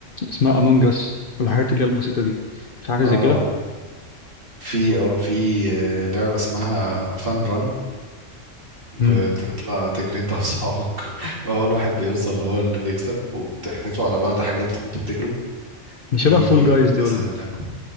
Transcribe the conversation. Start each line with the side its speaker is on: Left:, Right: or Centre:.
Left: اسمها أمونج أس والحاجات اللي هي البسيطة دي في حاجة
Right: اه
Left: زي كده
Right: في اه في آه، لعبة اسمها فان ران بتطلع
Left: امم
Right: تجري انت واصحابك <laughs> واول واحد بيوصل هو اللي بيكسب وبتحدفوا على بعض حاجات وانتوا بتجروا
Left: دي شبه
Right: دي
Left: فول جايز دي
Right: مثلا
Left: ولا إيه؟
Right: لعبة